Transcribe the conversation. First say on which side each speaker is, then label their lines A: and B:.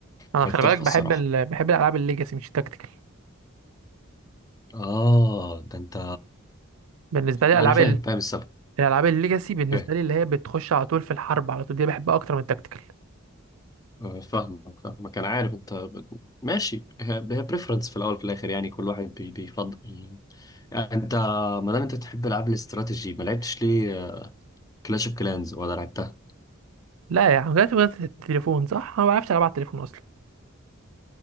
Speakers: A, on the right (about 75°); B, on the left (about 15°).
A: انا
B: كانت
A: خلي بالك
B: تحفه
A: بحب
B: الصراحه
A: ال... بحب الالعاب الليجاسي مش التكتيكال
B: اه ده انت
A: بالنسبه لي
B: انا
A: العاب
B: فاهم
A: ال...
B: فاهم السبب
A: الالعاب الليجاسي بالنسبه
B: فاهم
A: لي اللي هي بتخش على طول في الحرب على طول دي بحبها اكتر من التكتيكال
B: آه، فاهمك فاهمك انا عارف انت ب- ماشي هي بريفرنس في الاول وفي الاخر يعني كل واحد بي- بيفضل يعني انت ما دام انت بتحب العاب الاستراتيجي ما لعبتش ليه كلاش اوف كلانز ولا لعبتها
A: لا يا عم جات جات التليفون صح انا ما بعرفش العب على التليفون اصلا